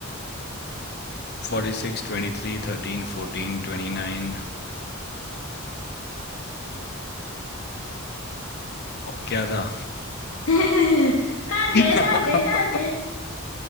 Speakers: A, on the left (about 50°); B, on the left (about 65°).
A: Forty six twenty three thirteen fourteen twenty nine क्या था
B: <laughs> हार
A: <laughs>
B: गए हार गए हार गए